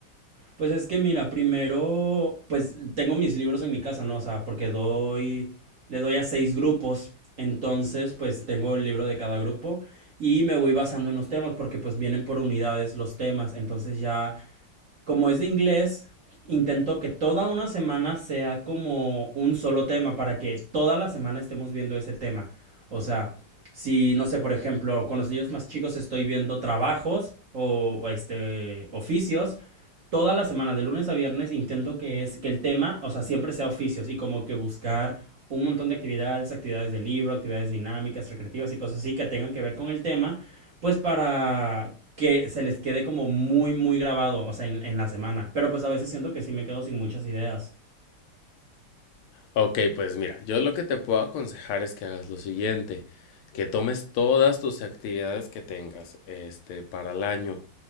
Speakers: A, on the right (about 50°); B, on the left (about 80°).
A: Pues es que mira, primero, pues tengo mis libros en mi casa, ¿no? O sea, porque doy, le doy a seis grupos. Entonces, pues tengo el libro de cada grupo y me voy basando en los temas porque pues vienen por unidades los temas. Entonces ya, como es de inglés, intento que toda una semana sea como un solo tema para que toda la semana estemos viendo ese tema. O sea, si, no sé, por ejemplo, con los niños más chicos estoy viendo trabajos o, o, este, oficios toda la semana, de lunes a viernes, intento que es que el tema, o sea, siempre sea oficios y como que buscar un montón de actividades, actividades de libro, actividades dinámicas, recreativas y cosas así que tengan que ver con el tema, pues para que se les quede como muy, muy grabado, o sea, en, en la semana. Pero pues a veces siento que sí me quedo sin muchas ideas.
B: Ok, pues mira, yo lo que te puedo aconsejar es que hagas lo siguiente, que tomes todas tus actividades que tengas, este, para el año